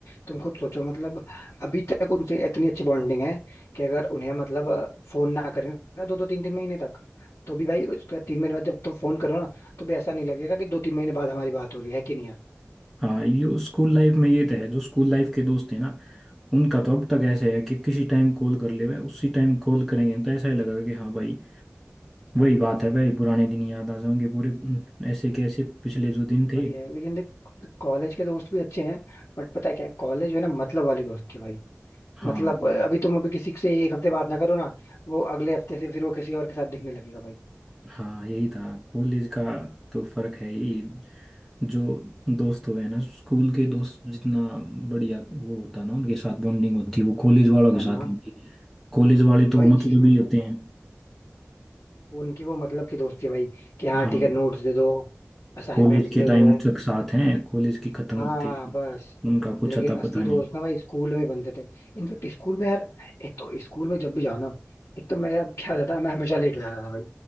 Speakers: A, on the left; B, in the centre.
A: तुम खुद सोचो मतलब अभी तक उनसे इतनी अच्छी बॉन्डिंग है कि अगर उन्हें मतलब फोन ना करें ना दो दो तीन तीन महीने तक तो भी भाई उसके बाद तीन महीने बाद जब तुम फोन करो ना तो भी ऐसा नहीं लगेगा कि दो तीन महीने बाद हमारी बात हो रही है कि नहीं यार
B: हाँ ये स्कूल लाइफ में ये तो है जो स्कूल लाइफ के दोस्त हैं ना उनका तो अब तक ऐसे है कि किसी टाइम कॉल कर ले उसी टाइम कॉल करेंगे तो ऐसा ही लगेगा कि हाँ भाई वही बात है वही पुराने दिन याद आ जाएंगे पूरे हम्म, ऐसे कैसे पिछले जो दिन थे
A: वही है लेकिन देख कॉलेज के दोस्त भी अच्छे हैं बट पता है क्या है कॉलेज जो है ना मतलब वाले दोस्त थे भाई
B: हाँ
A: मतलब अभी तुम अभी किसी से एक हफ्ते बात ना करो ना वो अगले हफ्ते से फिर वो किसी और के साथ दिखने लगेगा भाई
B: हाँ यही था कॉलेज का तो फर्क है ही जो दोस्त हुए हैं ना स्कूल के दोस्त जितना बढ़िया वो होता है ना उनके साथ बॉन्डिंग होती है वो कॉलेज वालों के
A: हाँ हाँ
B: साथ नहीं होती कॉलेज वाले तो
A: वही
B: मतलब
A: चीज मैं
B: ही
A: कह
B: होते
A: रहा
B: हैं
A: हूँ उनकी वो मतलब की दोस्ती है भाई कि हाँ
B: हाँ
A: ठीक है नोट्स दे दो असाइनमेंट्स
B: कॉलेज
A: दे
B: के टाइम
A: दो
B: अरे तक साथ हैं कॉलेज की खत्म
A: हाँ
B: होते ही
A: बस
B: उनका कुछ
A: लेकिन
B: अता
A: असली
B: पता
A: दोस्त
B: नहीं
A: ना भाई स्कूल में ही बनते थे इनफेक्ट स्कूल में यार एक तो स्कूल में जब भी जाओ ना एक तो मेरा क्या होता था मैं हमेशा लेट हो जाता था भाई